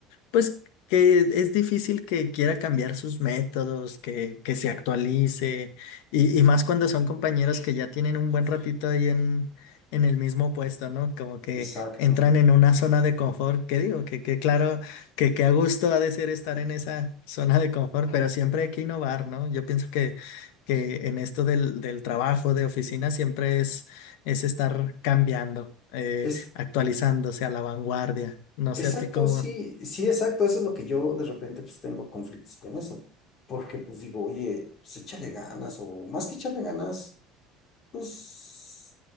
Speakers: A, on the left; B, on the left.
A: pues que es difícil que quiera cambiar sus métodos, que, que se actualice, y, y más cuando son compañeros que ya tienen un buen ratito ahí en, en el mismo puesto, ¿no? Como que
B: exacto.
A: entran en una zona de confort, que digo, que, que claro, que, que a gusto ha de ser estar en esa zona de confort, pero siempre hay que innovar, ¿no? Yo pienso que, que en esto del, del trabajo de oficina siempre es, es estar cambiando, eh,
B: Es,
A: actualizándose a la vanguardia. No
B: exacto,
A: sé a ti cómo.
B: sí, sí, exacto. Eso es lo que yo de repente pues tengo conflictos con eso. Porque pues digo, oye, pues échale ganas o más que echarle ganas, pues,